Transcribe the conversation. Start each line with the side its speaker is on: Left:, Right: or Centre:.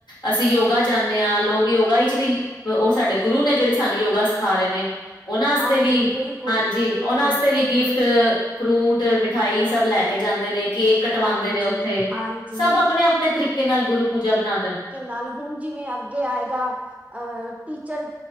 Left: ਅਸੀਂ ਯੋਗਾ ਜਾਣੇ ਆ ਹਾਂ ਲੋਕ ਯੋਗਾ ਵਿੱਚ ਵੀ ਉਹ ਸਾਡੇ ਗੁਰੂ ਨੇ ਜਿਹੜੇ ਸਾਨੂੰ ਯੋਗਾ ਸਿਖਾ ਰਹੇ ਨੇ। ਉਹਨਾਂ ਵਾਸਤੇ
Right: ਹਾਂਜੀ
Left: ਵੀ
Right: ਬਿਲਕੁਲ,
Left: ਹਾਂਜੀ
Right: ਬਿਲਕੁਲ
Left: ਉਹਨਾਂ ਵਾਸਤੇ ਵੀ ਗਿਫਟ। ਫਰੂਟ ਮਿਠਾਈ ਸਭ ਲੈ ਕੇ ਜਾਂਦੇ ਨੇ ਕੇਕ ਕਟਵਾਉਂਦੇ
Right: ਹਾਂਜੀ,
Left: ਨੇ ਉੱਥੇ
Right: ਹਾਂਜੀ।
Left: ਸਭ ਆਪਣੇ ਆਪਣੇ ਤਰੀਕੇ ਨਾਲ ਗੁਰੂ ਪੂਜਾ ਮਨਾਦੇ ਨੇ।
Right: ਨਾਲੇ ਹੁਣ ਜਿਵੇਂ ਅੱਗੇ ਆਏਗਾ ਅ ਟੀਚਰ